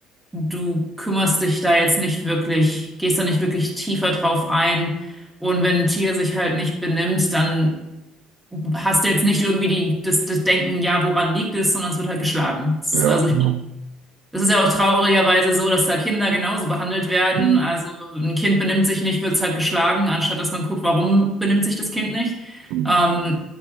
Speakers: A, in the centre; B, on the right.
A: du kümmerst dich da jetzt nicht wirklich, gehst da nicht wirklich tiefer drauf ein. Und wenn ein Tier sich halt nicht benimmt, dann hast du jetzt nicht irgendwie die, das, das Denken, ja, woran liegt es, sondern es wird halt geschlagen. Es-
B: Ja,
A: Also ich
B: genau.
A: das ist ja auch traurigerweise so, dass da Kinder genauso behandelt werden.
B: Mhm.
A: Also ein Kind benimmt sich nicht, wird es halt geschlagen, anstatt dass man guckt, warum benimmt sich das Kind nicht.
B: Mhm.
A: Ähm,